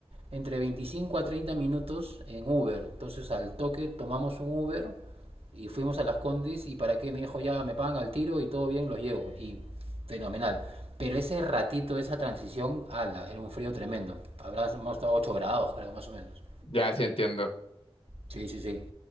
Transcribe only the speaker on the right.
entre 25 a 30 minutos en Uber. Entonces al toque tomamos un Uber y fuimos a Las Condes y para qué me dijo, ya me pagan al tiro y todo bien, los llevo. Y fenomenal. Pero ese ratito, esa transición, ala, era un frío tremendo. Habramos estado 8 grados, creo, más o menos.
Sí, sí, sí.